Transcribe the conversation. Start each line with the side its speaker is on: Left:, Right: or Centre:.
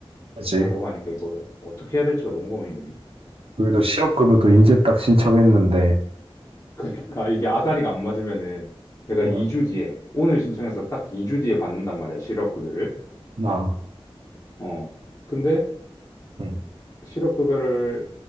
Right: 그지.
Left: 가려고 하니까 이거 어떻게 해야 될지가 너무 고민이네.
Right: 거기도 실업급여도 이제 딱 신청했는데,
Left: 그러니까 이게 아다리가 안 맞으면은 내가 2주
Right: 응,
Left: 뒤에 오늘 신청해서
Right: 응,
Left: 딱 2주 뒤에 받는단 말이야 실업급여를
Right: 나,
Left: 어 근데
Right: 응,
Left: 실업급여를